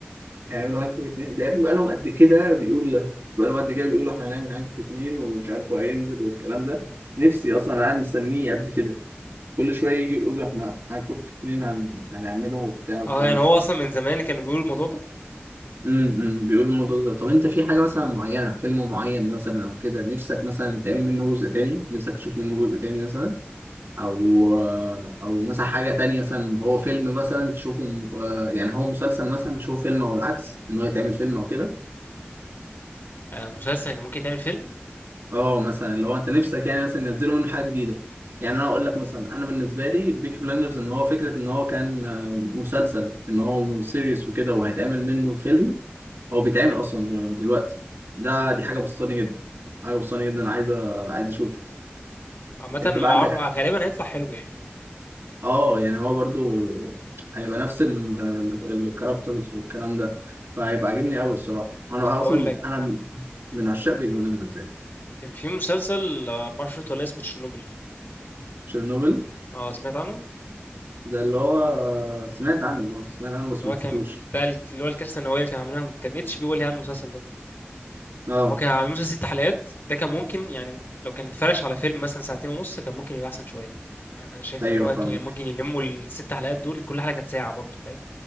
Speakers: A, on the right; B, on the left.
A: هيعملوا هانكوك اتنين ده يا ابني بقى لهم قد كده بيقولوا ده بقى لهم قد كده بيقولوا احنا هنعمل هانكوك اتنين ومش عارف هو هينزل والكلام ده نفسي اصلا انا قاعد مستنيه قد كده كل شويه يجي يقولوا احنا هنكوك اتنين هن... هنعمله وبتاع والكلام
B: اه يعني
A: ده
B: هو اصلا من زمان كانوا بيقولوا الموضوع ده
A: امم بيقولوا الموضوع ده طب انت في حاجه مثلا معينه فيلم معين مثلا او كده نفسك مثلا يتعمل منه جزء تاني نفسك تشوف منه جزء تاني مثلا او او مثلا حاجه تانية مثلا هو فيلم مثلا تشوفه م- آه، يعني هو مسلسل مثلا تشوفه فيلم او العكس ان هو يتعمل فيلم او كده
B: آه، مسلسل كان ممكن يتعمل فيلم
A: اه مثلا لو انت نفسك يعني مثلا ينزلوا منه حاجه جديده يعني انا اقول لك مثلا انا بالنسبه لي بيكي بلاندرز ان هو فكره ان هو كان آه، مسلسل ان هو سيريس وكده وهيتعمل منه فيلم هو بيتعمل اصلا دلوقتي ده دي حاجه بسطاني جدا حاجه بسطاني جدا انا عايز عايز اشوف
B: عامه
A: انت
B: ما
A: بقى عندك
B: اعرف آه، غالبا هيطلع حلو يعني
A: اه يعني هو برضو هيبقى نفس ال- ال- الكاركترز والكلام ده فهيبقى عاجبني قوي الصراحه وانا
B: هقول
A: اصلا
B: لك
A: انا من عشاق بيكي بلاندرز يعني
B: كان في مسلسل آه، ما اعرفش شفته ولا اسمه تشيرنوبل
A: تشيرنوبل
B: اه سمعت عنه
A: ده اللي هو سمعت عنه اه سمعت عنه
B: اللي
A: بس ما
B: هو
A: شفتوش
B: كان بتاع ال- اللي هو الكارثه النوويه اللي كان عاملينها كان اتش بي هو اللي عامل المسلسل ده
A: اه
B: هو كان عامل مسلسل ست حلقات ده كان ممكن يعني لو كان اتفرش على فيلم مثلا ساعتين ونص كان ممكن يبقى احسن شويه يعني انا شايف
A: ايوه
B: ان هو
A: فاهمك
B: كان ممكن يلموا الست حلقات دول كل حلقه كانت ساعه برضه فاهم